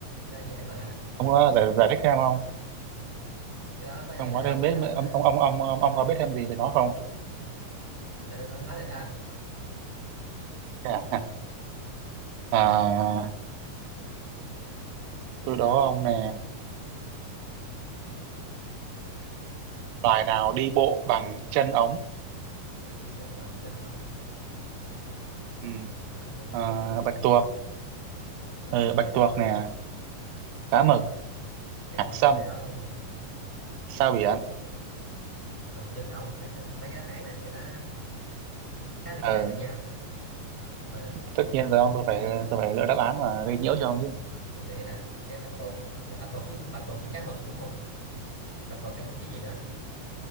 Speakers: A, on the left; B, on the right.
A: đó dễ mà
B: ông có giải, giải thích thêm không
A: cái đó có gì
B: ông
A: hết
B: có
A: ông
B: thêm biết
A: cái đó
B: ông ông ông ông ông, ông có biết thêm gì về nó không
A: nãy tôi nói hết rồi đó
B: Thế à, à tôi
A: nào
B: đố ông nè loài nào đi bộ bằng chân ống
A: đi bộ bằng chân ống
B: ừ.
A: đi bộ bằng
B: à,
A: chân ống
B: bạch
A: thôi
B: tuộc
A: bạch tuộc
B: ừ, bạch
A: để đó
B: tuộc
A: nè
B: nè cá mực
A: cá
B: hải
A: mực
B: sâm
A: để đó luôn
B: sao biển
A: bằng chân ống ấy, sao- mấy cái đáp án này kiểu nó khá liên
B: ờ
A: quan tới nhau nhỉ nhưng mà
B: tất nhiên
A: bạch
B: rồi ông tôi phải tôi phải lựa đáp án mà gây nhiễu cho ông chứ
A: tôi nghĩ là cái bạch tuộc bạch tuộc với bạch tuộc với cá mực đúng không bạch tuộc cá mực chứ gì nữa